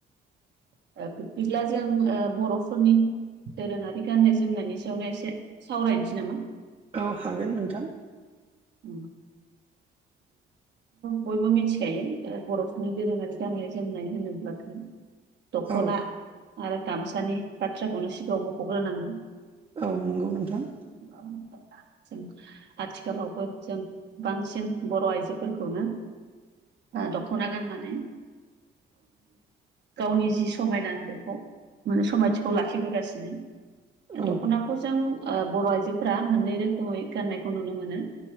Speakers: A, on the right; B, on the right.
A: ओ बिब्दिब्ला जों बर'फोरनि दोरोङारि गाननाय जोमनायनि सायावनो एसे सावरायनोसै नामा?
B: औ हागोन नोंथां।
A: <inaudible> अ बयबो मिथिखायो ओ बर'फोरनि दोरोङारि गाननाय जोमनाय होनोब्लाथाय दख'ना
B: औ
A: आरो गामसानि बाथ्राखौनो सिगाङाव मखग्रोनांगोन।
B: औ नंगौ नोंथां।
A: <unintelligible> आथिखालाव जों बांसिन बर' आइजोफोरखौनो ओ दखना गान्नानै गावनि जि समायना बेखौ माने समायथिखौ लाखिबोगासिनो।
B: औ
A: दख'नाखौ जों ओ बर' आइजोफोरा मोननै रोखोमै गाननायखौ नुनो मोनो।